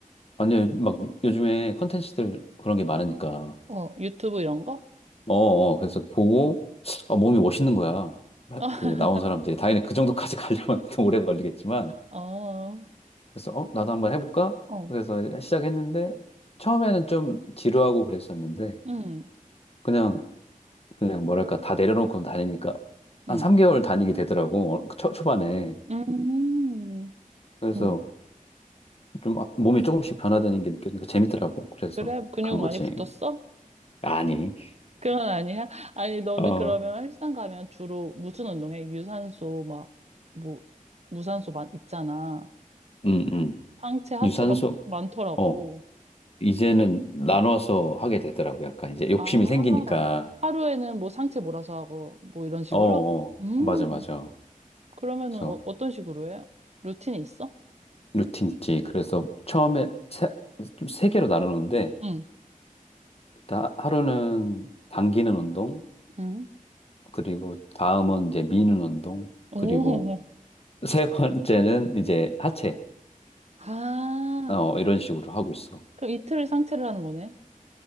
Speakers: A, on the left; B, on the right.
A: 아니, 막 요즘에 컨텐츠들 그런 게 많으니까.
B: 어, 유튜브 이런 거?
A: 어, 어, 그래서 보고, 아, 몸이 멋있는 거야.
B: <laughs>
A: 그, 나온 사람들이. 당연히 그 정도까지 <laughs> 가려면 좀 오래 걸리겠지만.
B: 어,
A: 그래서, 어, 나도 한번 해볼까?
B: 어,
A: 그래서 시작했는데, 처음에는 좀 지루하고 그랬었는데,
B: 음,
A: 그냥 그냥 뭐랄까 다 내려놓고 다니니까
B: 음,
A: 한 3개월 다니게 되더라고 어, 그 초, 초반에
B: 음,
A: 그래서
B: 음.
A: 좀 아- 몸이 조금씩 변화되는 게 느껴지니까 재밌더라고 그래서
B: 그래? 근육
A: 간 거지
B: 많이 붙었어?
A: 아니
B: 그건 아니야? 아니, 너는
A: 어
B: 그러면 헬스장 가면 주로 무슨 운동해? 유산소, 막, 뭐, 무산소 많, 있잖아.
A: 음 음
B: 상체, 하체
A: 유산소
B: 막 많더라고.
A: 어 이제는 나눠서
B: 응.
A: 하게 되더라고 약간 이제 욕심이
B: 아,
A: 생기니까
B: 하루에는 뭐 상체 몰아서 하고, 뭐 이런 식으로?
A: 어, 어
B: 음,
A: 맞아 맞아
B: 그러면은
A: 그래서
B: 어, 어떤 식으로 해요? 루틴이 있어?
A: 루틴 있지 그래서 처음에 세, 좀세 개로 나누는데
B: 응,
A: 일단 하루는 당기는 운동
B: 응.
A: 그리고 다음은 이제 미는 운동,
B: 오,
A: 그리고 세 번째는 이제 하체,
B: 아.
A: 어, 이런 식으로 하고 있어.
B: 그럼 이틀을 상체를 하는 거네?